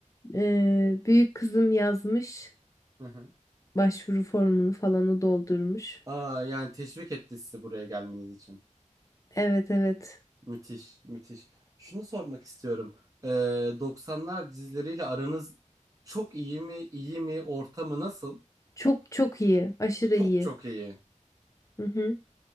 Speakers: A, on the left (about 25°); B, on the right (about 25°).
A: ee, büyük kızım yazmış
B: hı hı.
A: başvuru formunu falanı doldurmuş.
B: Aa, yani teşvik etti sizi buraya gelmeniz için.
A: Evet evet
B: Müthiş, müthiş. Şunu sormak istiyorum. E, 90'lar dizileriyle aranız çok iyi mi, iyi mi, ortamı nasıl?
A: çok çok iyi aşırı
B: Çok
A: iyi.
B: çok iyi.
A: Hı hı.